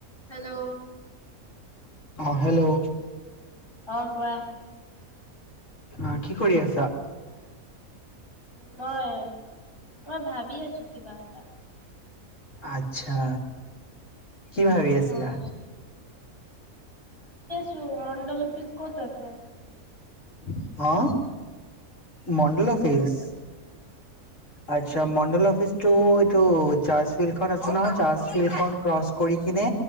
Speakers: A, on the left; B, on the left.
A: Hello?
B: অ hello.
A: অ কোৱা?
B: আহ, কি কৰি আছা?
A: মই, মই ভাবি আছো কিবা এটা।
B: আচ্ছা। কি ভাবি আছিলা?
A: অ'। ত মণ্ডল অফিচ ক'ত আ ছে?
B: উম <inaudible> অ মণ্ডল অফিচ? আচ্ছা, মণ্ডল অফিচটো এইটো চাৰ্জ ফিল্ডখন আছে নহয়, চাৰ্জ ফিল্ড খন ক্ৰচ কৰি কিনে